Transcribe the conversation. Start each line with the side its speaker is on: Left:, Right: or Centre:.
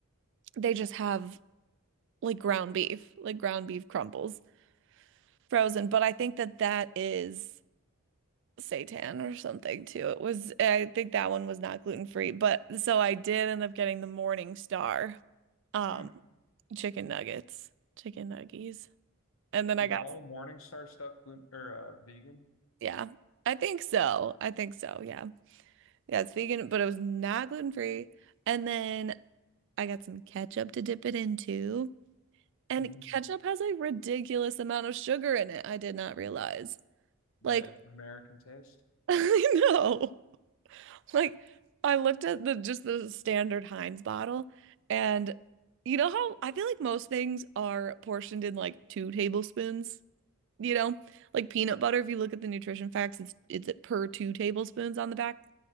Right: they just have like ground beef, like ground beef crumbles frozen. But I think that that is seitan or something too. It was, I think that one was not gluten free. But so I did end up getting the Morning Star, um,
Left: Hmm.
Right: chicken nuggets, chicken nuggies. And then
Left: Is
Right: I got,
Left: all Morningstar stuff gluten or uh, vegan?
Right: yeah, I think so. I think so. Yeah. Yeah. It's vegan, but it was not gluten free. And then I got some ketchup to dip it into. And
Left: Mm.
Right: ketchup has a ridiculous amount of sugar in it. I did not realize.
Left: That
Right: Like,
Left: it's American taste.
Right: <laughs> I know. Like I looked at the just the standard Heinz bottle and you know how I feel like most things are portioned in like two tablespoons, you know? Like peanut butter, if you look at the nutrition facts, it's it's at per two tablespoons on the back.